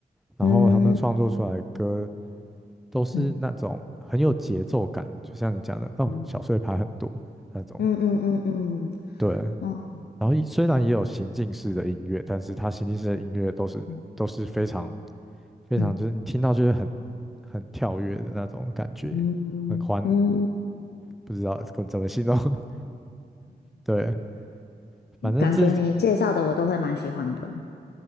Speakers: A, in the centre; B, on the left.
A: 然后他们创作出来的歌
B: 嗯
A: 都是那种很有节奏感，
B: 嗯，
A: 就像你讲的哦，
B: 嗯
A: 小碎拍很多那种。
B: 嗯嗯嗯嗯，
A: 对，
B: 哦
A: 然后虽然也有行进式的音乐，但是它行进式的音乐都是都是非常
B: 嗯
A: 非常就是你听到就是很
B: 嗯
A: 很跳跃的那种感觉，
B: 嗯嗯，
A: 很欢不知道怎怎么形容。<laughs> 对，反正这
B: 感觉你介绍的我都会蛮喜欢的。